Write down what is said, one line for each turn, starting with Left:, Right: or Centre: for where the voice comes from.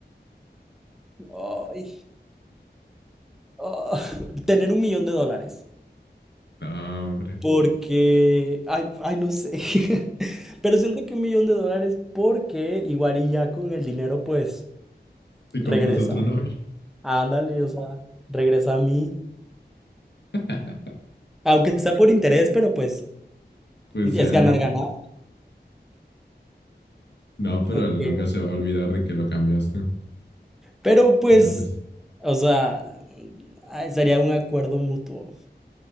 Centre: Ay, ah, <laughs> Tener un millón de dólares.
Left: No, hombre,
Centre: Porque, ay, ay, no sé. <laughs> Pero siento que un millón de dólares porque igual y ya con el dinero pues
Left: si
Centre: regresa.
Left: compras otro novio,
Centre: Ándale, o sea, regresa a mí.
Left: <laughs>
Centre: Aunque sea por interés, pero pues
Left: pues
Centre: es
Left: ya.
Centre: ganar, ganar.
Left: No, pero
Centre: Ok.
Left: él nunca se va a olvidar de que lo cambiaste.
Centre: Pero pues,
Left: La cambiaste.
Centre: o sea, ay, sería un acuerdo mutuo.